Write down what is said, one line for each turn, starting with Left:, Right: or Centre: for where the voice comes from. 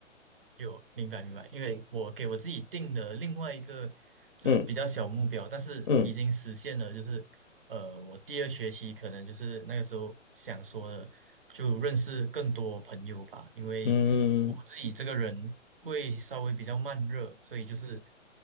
Right: 有，明白明白，因为我给我自己定了另外一个就是比较小目标，
Left: 嗯
Right: 但是已经实现了，
Left: 嗯。
Right: 就是呃，我第二学期可能就是那个时候想说的，就认识更多朋友吧，因为我自己这个人会稍微比较慢热，
Left: 嗯，
Right: 所以就是